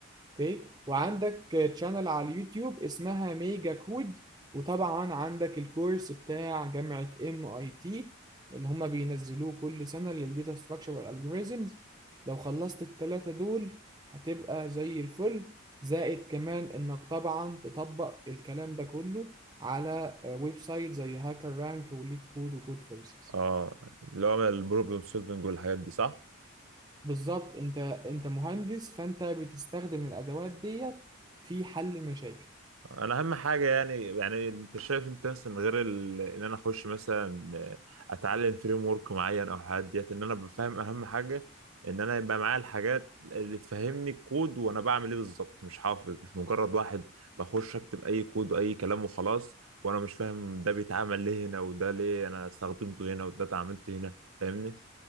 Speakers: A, on the right (about 20°); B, on the right (about 75°).
A: اوكي وعندك تشانل على اليوتيوب اسمها ميجا كود وطبعا عندك الكورس بتاع جامعة ام اي تي اللي هم بينزلوه كل سنة للديتا ستراكشر والالجوريزمز لو خلصت التلاتة دول هتبقى زي الفل زائد كمان انك طبعا تطبق الكلام ده كله على ويب سايت زي هاكر رانك وليد كود وكود فورسز
B: اه اللي هو البروبلم سولفنج والحاجات دي صح
A: بالظبط انت انت مهندس فانت بتستخدم الادوات ديت في حل مشاكل
B: انا اهم حاجه يعني يعني انت شايف انت مثلا غير ال- ان انا اخش مثلا اتعلم فريم ورك معين او حاجات ديت ان انا بفهم اهم حاجه ان انا يبقى معايا الحاجات اللي تفهمني الكود وانا بعمل ايه بالظبط مش حافظ مش مجرد واحد بخش اكتب اي كود واي كلام وخلاص وانا مش فاهم ده بيتعمل ليه هنا وده ليه انا استخدمته هنا وده اتعاملت هنا فاهمني